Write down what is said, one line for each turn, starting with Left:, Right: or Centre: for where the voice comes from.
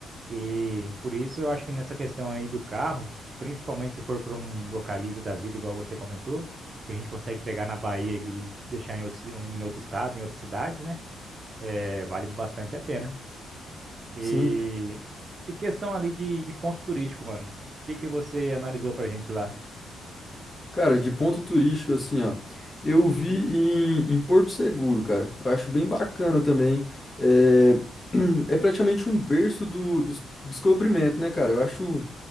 Right: E por isso eu acho que nessa questão aí do carro, principalmente se for para um localiza da vida, igual você comentou, que a gente consegue pegar na Bahia e deixar em outro, ci- em outro estado, em outra cidade, né? É, vale bastante a pena. E,
Left: Sim,
Right: e questão ali de, de ponto turístico, mano. O que que você analisou pra gente lá?
Left: Cara, de ponto turístico, assim, ó. Eu vi em, em Porto Seguro, cara. Eu acho bem bacana também. É, <clears throat> é praticamente um berço do, do descobrimento, né, cara? Eu acho,